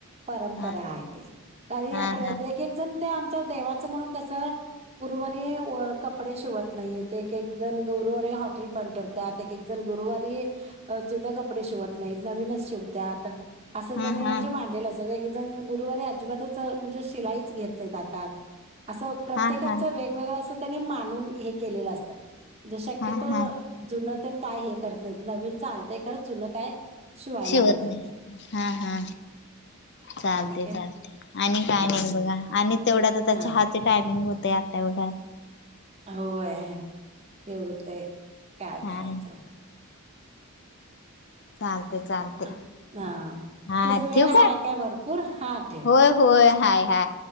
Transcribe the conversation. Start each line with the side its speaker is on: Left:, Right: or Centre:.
Right: परंपरा
Left: हा
Right: आहे ते काही
Left: हा
Right: प्रत्य
Left: हा
Right: एक जण ते आमच्या देवाचं म्हणून कस गुरुवारी कपडे शिव त नाही एक एक जण गुरुवारी हे हॉटेल बंद ठेवतात ता एक एक जण गुरुवारी जुने कपडे शिवत नाही नवीनच शिवते आता असं
Left: हा
Right: त्यांनी
Left: हा
Right: म्हणजे मांडलेलं अस नाही पण गुरुवारी अजिबातच म्हणजे शिलाईच घेत नाही हातात असं प्रत्येकांच
Left: हा हा
Right: वेगवेगळं असं त्यांनी मानून हे केलेलं असतात शक्यतो
Left: हा हा
Right: जुन तेल काय हे करत नाही नवीन चालतंय खरंच जुनं काय शिवायला
Left: शिवत
Right: बघत
Left: नाही
Right: नाहीत.
Left: हा हा चालते
Right: आणि काय
Left: चालते आणि काय
Right: हम्म
Left: नाही बघा आणि तेवढा तर त्या
Right: हा
Left: चहाचे टायमिंग होत ते आता एवढ्या
Right: होय येग ते काय
Left: हा
Right: करायचं
Left: चालते चालते
Right: अ ह
Left: हा
Right: तुझ वेळ
Left: ठेवू
Right: हा काय भरपूर हा ठेव.
Left: होय होय हाय हाय